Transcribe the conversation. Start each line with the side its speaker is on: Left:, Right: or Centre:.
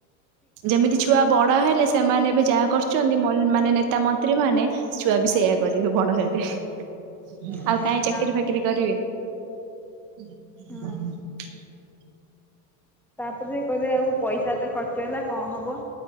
Right: ଯେମିତି ଛୁଆ ବଡ଼ ହେଲେ ସେମାନେ ଏବେ ଯାହା କରୁ ଚନ୍ତି ମ ମାନେ ନେତା ମନ୍ତ୍ରୀ ମାନେ ଛୁଆ ବି ସେଇଆ କରିବେ ବଡ଼ ହେଲେ। ଆଉ
Centre: ହୁଁ
Right: କାଇଁ ଚାକିରି
Centre: ତା
Right: ଫାକିରି କରିବେ। <inaudible>
Centre: ହଁ ତାପରେ କହିବେ ଆଉ ପଇସା ଏତେ ଖର୍ଚ୍ଚ ହେଲା କଣ ହବ?